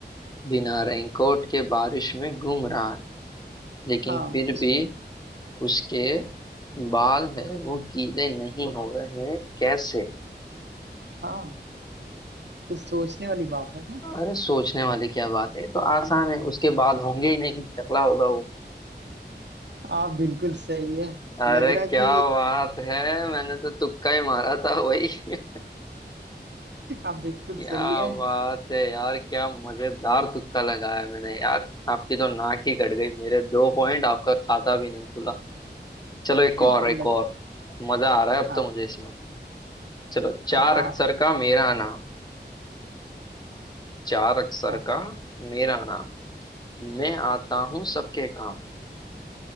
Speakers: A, on the left; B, on the right.
A: बिना रेनकोट के बारिश में घूम रहा है लेकिन
B: हाँ
A: फिर
B: इस
A: भी उसके बाल है वो गीले नहीं हो रहे कैसे
B: हाँ ये सोचने वाली बात है ना <laughs>
A: अरे सोचने वाली क्या बात है ये तो आसान है उसके बाल होंगे ही नहीं टकला होगा वो।
B: आप बिल्कुल सही है
A: अरे
B: लग रहा
A: क्या
B: कि
A: बात है मैंने तो तुक्का ही मारा था वही <laughs>
B: आप बिल्कुल
A: क्या
B: सही है
A: बात है यार क्या मजेदार तुक्का लगाया मैंने यार आपकी तो नाक ही कट गई मेरे दो पॉइंट आपका खाता भी नहीं खुला चलो एक और
B: अब
A: एक
B: लग
A: और मजा आ रहा है अब
B: हाँ
A: तो मुझे इसमें चलो चार
B: हाँ,
A: अक्षर का मेरा नाम चार अक्षर
B: हाँ,
A: का मेरा नाम मैं आता हूँ सबके काम